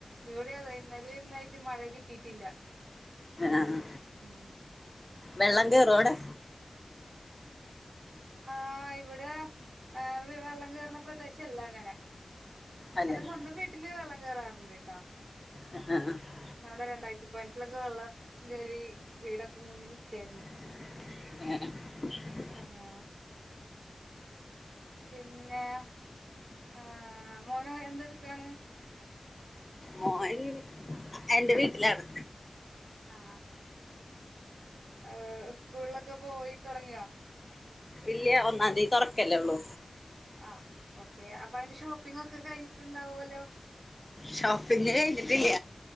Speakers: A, on the right; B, on the left.
A: ഇവിടെ അതെ ഇന്നലെ ഇന്നായിട്ട് മഴ കിട്ടിട്ടില്ല
B: ആഹ്
A: ഉം
B: വെള്ളങ്കേറോ അവിടെ
A: ആഹ് ഇവിടെ ഏഹ്‌ വി വെള്ളം കേറ്ണ പ്രദേശല്ല അങ്ങനെ
B: അല്ലല്ല
A: എന്റെ സ്വന്തം വീട്ടില് വെള്ളം കേറാറുണ്ട് ട്ടോ
B: അഹ് അഹ് അഹ്
A: നമ്മടെ രണ്ടായിരത്തി പതിനെട്ടിലൊക്കെ വെള്ളം ങ്കേറി വീടൊക്കെ മുങ്ങി നിക്കാരുന്നു
B: <unintelligible>
A: ആഹ് പിന്നെ ആഹ് മോന് എന്തെടുക്കാണ്
B: മോന് എന്റെ വീട്ടിലാണ്
A: ആഹ് അഹ് സ്കൂളിലൊക്കെ പോയി തൊടങ്ങിയോ
B: ഇല്ല്യ ഒന്നാന്തി തൊറക്കല്ലേ ഉള്ളൂ
A: ആഹ് ഓക്കെ അപ്പൊ അയിന്റെ ഷോപ്പിങ്ങോക്കെ കഴിഞ്ഞിട്ടുണ്ടാവല്ലോ
B: ഷോപ്പിങ് കഴിഞ്ഞിട്ടില്ല